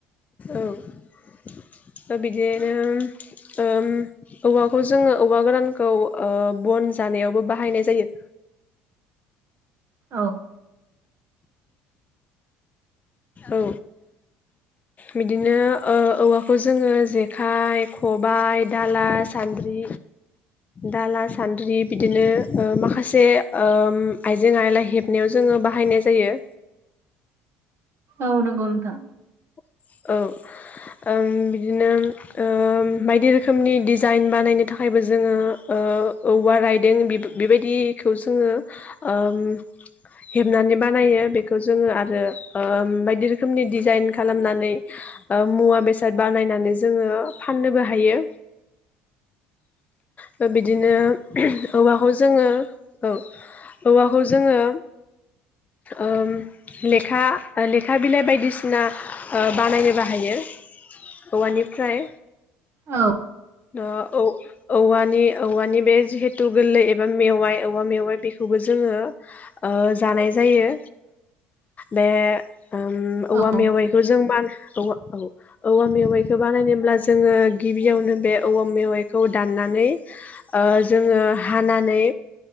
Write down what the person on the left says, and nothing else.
औ। बिदिनो ओम औवाखौ जोङो औवा गोरानखौ ओ बन जानायावबो बाहायनाय जायो।
औ बिदिनो ओ औवाखौ जोङो जेखाइ खबायाइ दाला सानद्रि दाला सान्द्रि बिदिनो ओ माखासे ओम आइजें आइला हेबनायाव जोङो बाहायनाय जायो।
औ, ओं बिदिनो ओं बायदि रोखोमनि डिजाइन बानायनो थाखायबो जोङो ओ औवा राइदिं बेब बेबायदिखौ जोङो ओम हेबनानै बानायो बेखौ जोङो आरो ओम बायदि रोखोमनि डिजाइन खालामनानै ओ मुवा बेसाद बानायनानै जोङो फाननोबो हायो। दा बिदिनो औवाखौ जोङो औ औवाखौ जोङोे ओम लेखा लेखा बिलाइ बायदिसिना ओ बानायनो बाहायो औवानिफ्राय।
ओ औ औवानि औवानि बे जिहेथु गोरलै एबा मेवाइ औवा मेवाय बेखौबो जोङो ओ जानाय जायो बे ओ औवा
मेवाय खौ जों मव औवा मेवाइखौ बानायनोब्ला जोङो गिबियावनो बे औवा मेवाइखौ दाननानै ओ जोङो हानानै